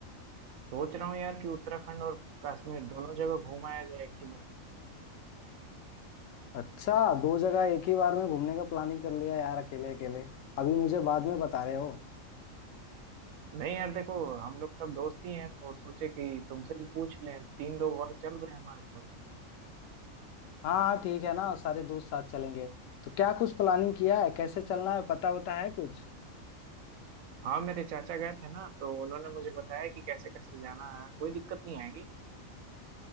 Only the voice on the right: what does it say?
सोच रहा हूँ यार कि उत्तराखंड और कश्मीर दोनों जगह घूम आया जाए एक ही बार में
नहीं यार देखो हम लोग सब दोस्त ही हैं तो सोचे कि तुमसे भी पूछ लें तीन लोग और चल रहे हैं हमारे साथ
हाँ मेरे चाचा गए थे ना तो उन्होंने मुझे बताया कि कैसे कैसे जाना है कोई दिक्कत नहीं आएगी